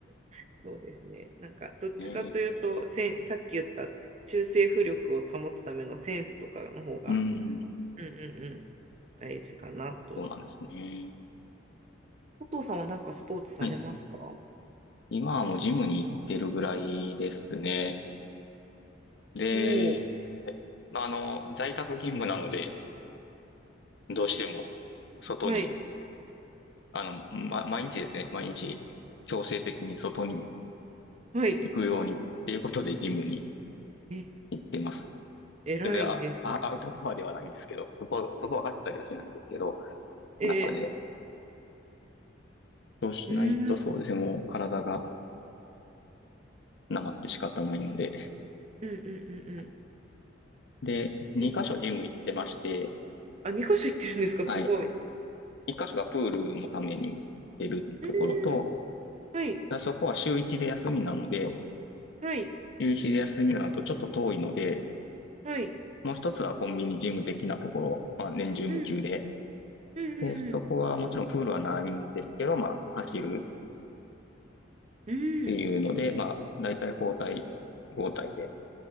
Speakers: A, on the right (about 35°); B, on the left (about 60°).
A: そうですね。なんか、どっちかというと、
B: ねえ
A: せん、さっき言った中性浮力を保つためのセンスとかの方が、
B: うーん。
A: うんうんうん、大事かなと。
B: そうなんですね。
A: 佐藤さんはなんかスポーツされますかお
B: はい今はもうジムに行ってるぐらいですね。で、
A: お
B: まあ、あの、在宅勤務なので、どうしても外に、
A: ー、はい、
B: あの、ま、毎日ですね、毎日強制的に外に
A: はい。
B: 行くようにっていうことでジムに
A: え、
B: 行ってます。
A: 偉いですね。
B: それで、あ、あアウトドアではないんですけど、そこ、そこは走ったりはしないんですけど、
A: ええ、
B: 中で。そうしないとそうですね、
A: うん、うん
B: もう体がなまって仕方ないので。
A: うんうんうん。
B: はいで、2箇所ジム行ってまして、
A: えあ、2箇所行ってるんですか、
B: はい。
A: <laughs> すごい。
B: 一箇所がプールのために出るところと、
A: うん。はい。
B: あそこは週一で休みなので、
A: はい。
B: 週一で休みなのとちょっと遠いので、
A: はい。
B: もう一つはコンビニジム的なところ、まあ年中無休で、
A: うん。うん。
B: で、
A: うん。
B: そこはもちろんプールはないんですけど、まあ走るっ
A: うんうん
B: ていうので、まあ大体交代、交代で、